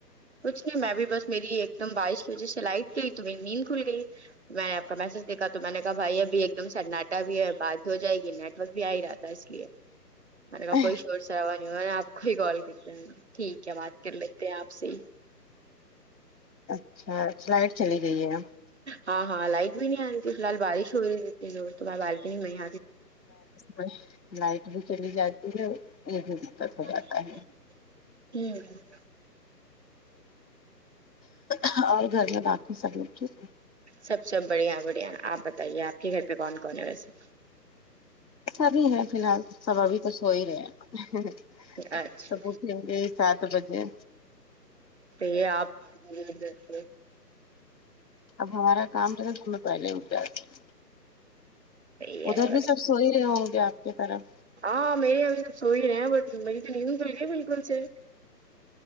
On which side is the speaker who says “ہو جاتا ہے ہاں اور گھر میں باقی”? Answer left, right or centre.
Left